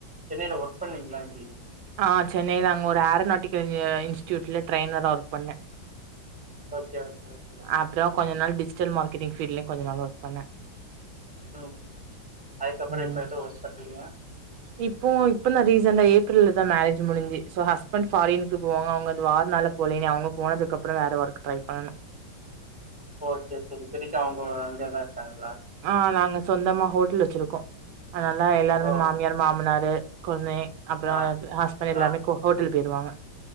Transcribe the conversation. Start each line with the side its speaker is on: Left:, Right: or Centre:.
Centre: சென்னைல ஒர்க் பண்ணுனீங்ளா எப்டி
Right: ஆ சென்னைல அங்க ஒரு ஏரோநாட்டிக்கல் இன்ஜி இன்ஸ்டியூட்ல ட்ரெய்னரா ஒர்க் பண்ண
Centre: ஓகே ஓகே ஓகே
Right: அப்றோ கொஞ்ச நாள் டிஜிட்டல் மார்கெட்டிங் ஃபீல்ட்லயு கொஞ்ச நாள் ஒர்க் பண்ண
Centre: ம் அதுக்கப்றோ
Right: ம்
Centre: இப்ப எது ஒர்க் பண்லியா
Right: இப்போ இப்பந்தா ரீசெண்டா ஏப்ரல்லதா மேரேஜ் முடிஞ்சு ஸோ ஹஸ்பண்ட் ஃபாரினுக்கு போவாங்க அவுங்க இந்த வார்னால போல இனி அவுங்க போனதக்கப்றோ வேற ஒர்க் ட்ரை பண்ணணு
Centre: ஓ சேரி சேரி இப்பதைக்கு அவுங்கோ அ அங்கதா இருக்காங்ளா
Right: அ நாங்க சொந்தமா ஹோட்டல் வெச்சுருக்கோ அதனால எல்லாருமே
Centre: ஓ!
Right: மாமியார் மாமனாரு கொழுந்தே அப்றோ
Centre: ஆ,
Right: அ ஹஸ்பண்ட் எல்லாருமே
Centre: ஆ.
Right: ஹோ ஹோட்டல் போயிருவாங்க